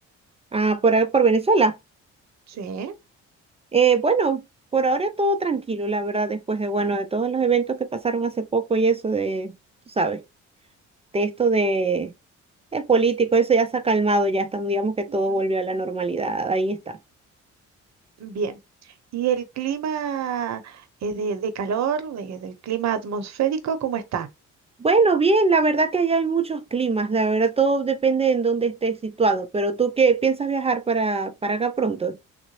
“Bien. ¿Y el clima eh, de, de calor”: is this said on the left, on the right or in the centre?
Right